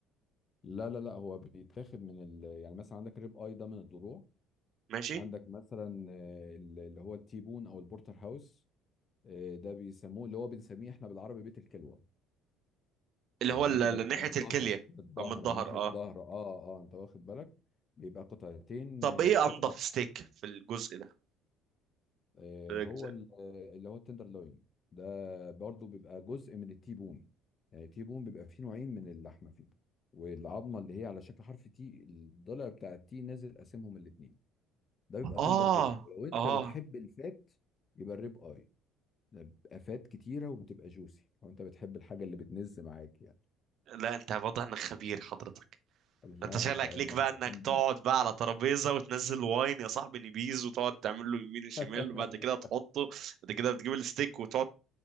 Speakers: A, on the left; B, on the right.
A: لا لا لا هو بيتاخد من ال... يعني مثلا عندك الريب اي ده من الضلوع
B: ماشي
A: عندك مثلا آه، ال- اللي هو التيبون او البورتر هاوس آه، ده بيسموه اللي هو بنسميه احنا بالعربي بيت الكلوه
B: اللي
A: تمام
B: هو ال- ال-
A: ده بيبقى
B: ناحيه
A: بالظهر
B: الكليه
A: بالظهر
B: او من الظهر
A: من ناحية
B: اه
A: الظهر اه اه انت واخد بالك بيبقى قطعتين
B: طب
A: آه،
B: ايه
A: قطعة
B: انضف ستيك في الجزء ده
A: آه،
B: في الجزء
A: هو ال- آه، اللي هو التندر لوين ده برضو بيبقى جزء من التيبون يعني التيبون بيبقى فيه نوعين من اللحمة فيه والعظمة اللي هي على شكل حرف تي الضلع بتاع التي نازل قاسمهم الاتنين ده بيبقى
B: اه
A: تندر جدا لو انت
B: اه
A: بتحب الفات يبقى الريب اي ده بيبقى فات كتيرة وبتبقى جوسي لو انت بتحب الحاجة اللي بتنز معاك يعني
B: لا انت واضح انك خبير حضرتك
A: لا
B: انت شغلك
A: انت انا
B: ليك بقى
A: باللحوم
B: انك تقعد بقى على ترابيزه وتنزل واين يا صاحبي نبيز وتقعد تعمل له يمين شمال
A: <laughs>
B: وبعد كده
A: <laughs>
B: تحطه بعد كده بتجيب الستيك وتقعد